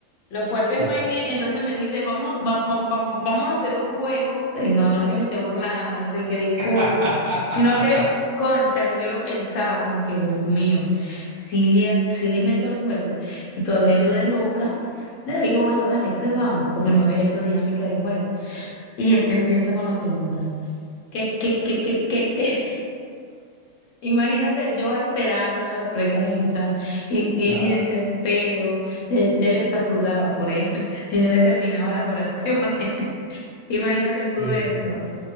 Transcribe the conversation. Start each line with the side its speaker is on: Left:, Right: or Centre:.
Left: Lo fuerte
Right: Sí.
Left: fue que entonces me dice, vamos, vamos, vamos, vamos a hacer un juego. Eh, No, no es que me esté burlando, Enrique, disculpa.
Right: <laughs>
Left: Sino que, eh, cónchale, yo lo pensaba como que, Dios mío, si le, sí le meto el juego. Y todavía yo de loca, le digo, bueno, dale, pues vamos, porque no había hecho dinámica de juego. Y este empieza con la pregunta, ¿qué, qué, qué, qué, qué, qué? Imagínate yo esperando la pregunta y,
Right: Ah,
Left: y mi desespero, ya, ya yo hasta sudaba por él, <laughs> y yo le terminaba las oraciones. <laughs> Imagínate tú
Right: sí,
Left: eso,
Right: sí.